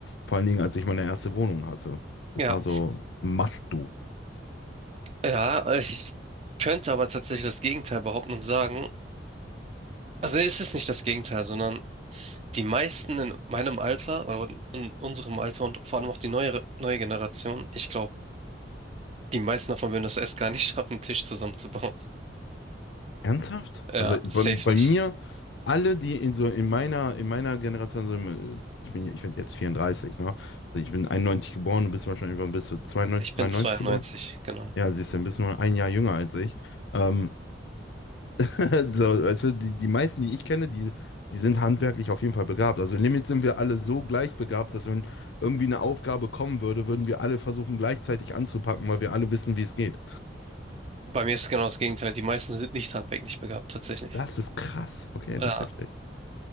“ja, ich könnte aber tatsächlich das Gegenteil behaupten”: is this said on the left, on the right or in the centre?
Right